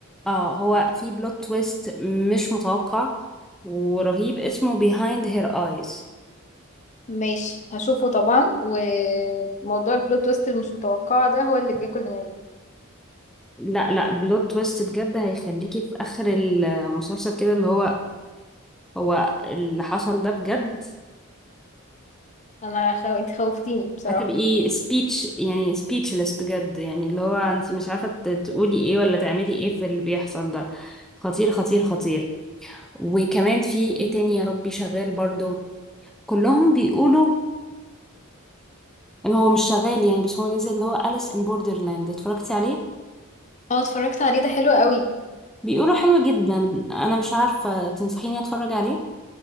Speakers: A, in the centre; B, on the left.
A: اه هو في بلوت تويست مش متوقع ورهيب اسمه Behind Her Eyes
B: ماشي هشوفه طبعا وموضوع البلوت تويست المش متوقعه ده هو اللي بياكل دماغي
A: لا لا بلوت تويست بجد هيخليكي في اخر المسلسل كده اللي هو هو اللي حصل ده بجد
B: انا خو... انت خوفتيني بصراحه
A: هتبقي سبيتش يعني سبيتشلess بجد يعني اللي هو انت مش عارفة ت- تقولي ايه ولا تعملي ايه في اللي بيحصل ده خطير خطير خطير وكمان في ايه تاني يا ربي شغال برضو كلهم بيقولوا ان هو مش شغال يعني بس هو نزل اللي هو أليس ان بوردرلاند اتفرجتي عليه
B: اه اتفرجت عليه ده حلو قوي
A: بيقولوا حلو جدا انا مش عارفة تنصحيني اتفرج عليه